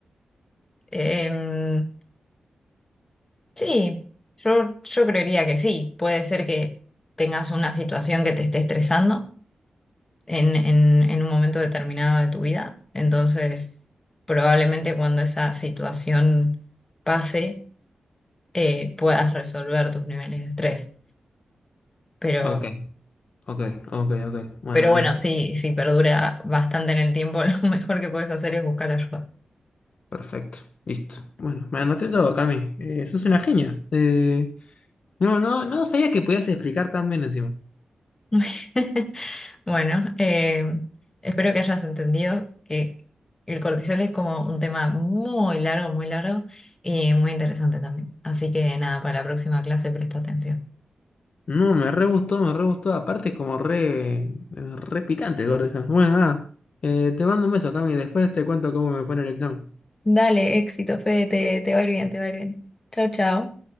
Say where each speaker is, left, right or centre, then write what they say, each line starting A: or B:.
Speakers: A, on the left (about 20°); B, on the left (about 55°).
A: Em, sí, yo, yo creería que sí. Puede ser que tengas una situación que te esté estresando en, en, en un momento determinado de tu vida. Entonces, probablemente cuando esa situación pase eh, puedas resolver tus niveles de estrés. Pero,
B: Ok, ok, ok, ok. Bueno,
A: pero bueno,
B: listo.
A: sí, si perdura bastante en el tiempo, <laughs> lo mejor que puedes hacer es buscar ayuda.
B: Perfecto, listo. Bueno, me anoté todo, Cami. Eh, sos una genia. Eh, No, no, no sabía que podías explicar tan bien encima.
A: <laughs> Bueno, eh, espero que hayas entendido que el cortisol es como un tema muy largo, muy largo y muy interesante también. Así que nada, para la próxima clase presta atención.
B: No, me re gustó, me re gustó. Aparte es como re, re picante el Gordon. Bueno, nada. Eh, te mando un beso, Cami. Después te cuento cómo me fue en el examen.
A: Dale, éxito, Fede, te, te va a ir bien, te va a ir bien. Chao, chao.